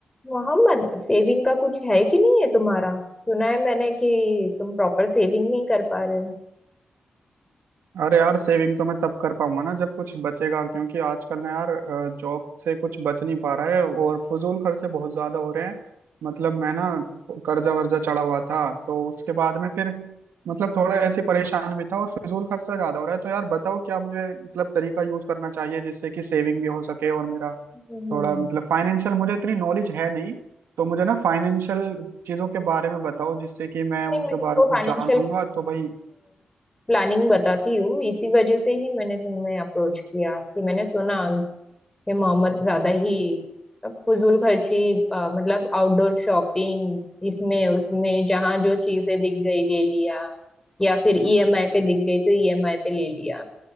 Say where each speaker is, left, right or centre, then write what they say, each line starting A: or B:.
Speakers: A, on the left (about 15°); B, on the right (about 85°).
A: मोहम्मद सेविंग का कुछ है कि नहीं है तुम्हारा सुना है मैंने कि तुम प्रॉपर सेविंग नहीं कर पा रहे हो
B: अरे यार सेविंग तो मैं तब कर पाऊंगा ना जब कुछ बचेगा क्योंकि आजकल ना यार जॉब से कुछ बच नहीं पा रहा है और फजूल खर्चे बहुत ज्यादा हो रहे हैं मतलब मैं ना कर्जा वर्जा चढ़ा हुआ था तो उसके बाद में फिर मतलब थोड़ा ऐसे परेशान भी था और फिजूल खर्चा ज्यादा हो रहा है तो यार बताओ क्या मुझे मतलब तरीका यूज करना चाहिए जिससे कि सेविंग भी हो सके और मेरा
A: हम्म हम्म।
B: थोड़ा मतलब फाइनेंशियल मुझे इतनी नॉलेज है नहीं तो मुझे ना फाइनेंशियल चीजों के बारे में बताओ जिससे कि मैं
A: नहीं
B: उनके
A: मैं तुमको
B: बारे को
A: फाइनेंशियल
B: जानूंगा तो भाई
A: प्लानिंग बताती हूँ इसी वजह से ही मैंने तुम्हें अप्रोच किया कि मैंने सुना कि मोहम्मद ज्यादा ही फजूल खर्ची अ, मतलब आउटडोर शॉपिंग इसमें उसमें जहाँ जो चीजें दिख गई ले लिया या फिर ईएमआई पे दिख गई तो ईएमआई पे ले लिया